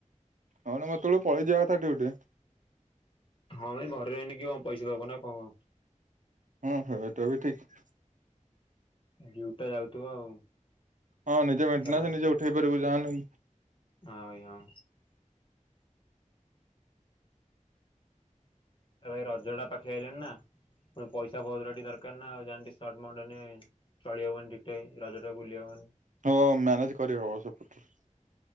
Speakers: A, on the right; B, on the left.
A: ହଁଲୋ ମୁଁ ଏତୋବେଳେକୁ ପଳେଇ ଯିବା କଥା ଡିଉଟିରେ।
B: ହଁ ଭାଇ ଘରେ ରହିନେ କଣ କିଏ ପଇସା ଦବ ନା କଣ
A: ହଁ ସେଟା ବି ଠିକ।
B: ଡିଉଟା ଯାଉଥିବ ଆଉ
A: ହଁ ନିଜେ ମେନଟନାସ୍
B: ତାପରେ
A: ନିଜେ ଉଠେଇ ପାରିବୁ ଯାହାଁ ନେ
B: ହଁ ଭାଇ ହଁ। ଏ ଭାଇ ରଜଟା ପାଖେଇ ଆଇଲାଣି ନା ପୁଣି ପଇସା ପତର ଟି ଦର୍ କାର ନା ଆଉ ଯା ହେନେ ଟିକେ ସଟ୍ ମଟ୍ ହେନେ ଚଳି ହବନି ଠିକେ ରଜଟାରେ ବୁଲି ହବନି।
A: ହଁ ମ୍ୟାନେଜ୍ କରିହବ ସେପଟରୁ।